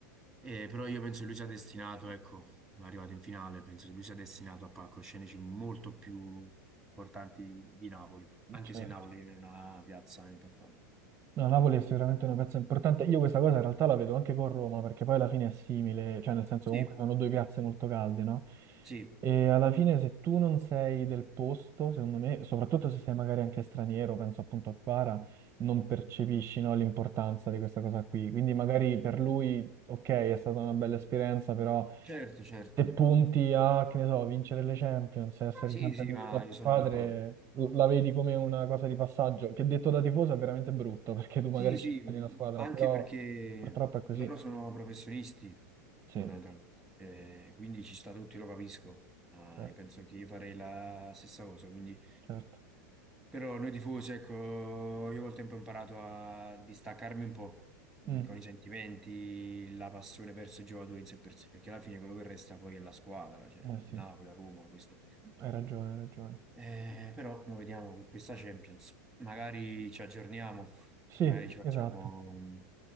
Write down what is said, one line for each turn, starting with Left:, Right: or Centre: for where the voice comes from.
Centre: Eh, però io penso che lui sia destinato, ecco, è arrivato in finale, penso che lui sia destinato a palcoscenici molto più importanti di Napoli, anche
Right: certo.
Centre: se Napoli è una piazza importante.
Right: No, Napoli è sicuramente una piazza importante. Io questa cosa in realtà la vedo anche con Roma, perché poi alla fine è simile, cioè nel senso
Centre: Sì,
Right: comunque sono due piazze molto calde, no?
Centre: sì,
Right: E alla fine se tu non sei del posto, secondo me, soprattutto se sei magari anche straniero, penso appunto a Quara, non percepisci, no, l'importanza di questa cosa qui. Quindi magari per lui, ok, è stata una bella esperienza, però...
Centre: certo, certo.
Right: se punti a, che ne so, vincere le Champions, essere
Centre: Sì,
Right: sempre
Centre: sì,
Right: nelle
Centre: ma
Right: top
Centre: io
Right: squadre,
Centre: sono d'accordo.
Right: l- la vedi come una cosa di passaggio, che detto da tifoso è veramente brutto, perché tu magari
Centre: Sì,
Right: scegli
Centre: sì,
Right: una squadra,
Centre: anche
Right: però
Centre: perché
Right: purtroppo è così.
Centre: loro sono professionisti,
Right: Sì,
Centre: fondamentalmente, Eh, quindi ci sta tutto, io lo capisco. Ah,
Right: certo,
Centre: e penso che io farei la stessa cosa, quindi...
Right: certo.
Centre: Però noi tifosi, ecco, io col tempo ho imparato a distaccarmi un po' mh,
Right: Mm,
Centre: con i sentimenti, la passione verso i giocatori in sé per sé, perché alla fine quello che resta poi è la squadra, cioè
Right: eh
Centre: il
Right: sì,
Centre: Napoli, la Roma, questo.
Right: hai ragione, hai ragione.
Centre: Eh, però noi vediamo che questa Champions, magari ci aggiorniamo,
Right: Sì,
Centre: magari ci facciamo
Right: esatto,
Centre: un,